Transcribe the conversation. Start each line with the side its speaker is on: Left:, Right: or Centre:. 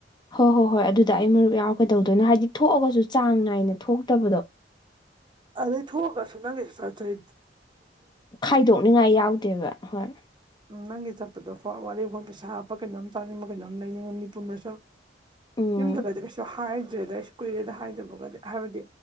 Left: ꯍꯣꯏ ꯍꯣꯏ ꯍꯣꯏ ꯑꯗꯨꯗ ꯑꯩ ꯃꯔꯨꯞ ꯌꯥꯎꯒꯗꯧꯗꯣꯏꯅꯣ ꯍꯥꯏꯗꯤ ꯊꯣꯛꯑꯒꯁꯨ ꯆꯥꯡ ꯅꯥꯏꯅ ꯊꯣꯛꯇꯕꯗꯣ
Right: ꯑꯔꯦ ꯏ ꯊꯒ ꯁꯅꯒꯦ ꯆꯠ ꯏ
Left: ꯈꯥꯏꯗꯣꯛꯅꯤꯉꯥꯏ ꯌꯥꯎꯗꯦꯕ ꯍꯣꯏ
Right: ꯎꯝ ꯅꯪꯒꯤ ꯆꯠꯄꯗꯣ ꯋꯥꯔꯤ ꯐꯥꯎ ꯄꯩ ꯁꯥꯥ ꯍꯥꯞꯄ ꯀꯩꯅꯣꯝ ꯆꯥꯅꯤꯡꯕ ꯀꯩꯅꯣꯝ ꯂꯩꯅꯤꯡꯕ ꯃꯤꯅꯤꯄꯨꯟꯗ ꯆꯠꯂ
Left: ꯎꯝ
Right: ꯌꯨꯝꯗꯒꯗꯤ ꯀꯩꯁꯨ ꯍꯥꯏꯗ꯭ꯔꯦꯗ ꯑꯩꯁꯨ ꯀꯨꯏꯔꯦꯗ ꯍꯥꯏꯗꯕꯒꯗꯤ ꯍꯥꯏꯕꯗꯤ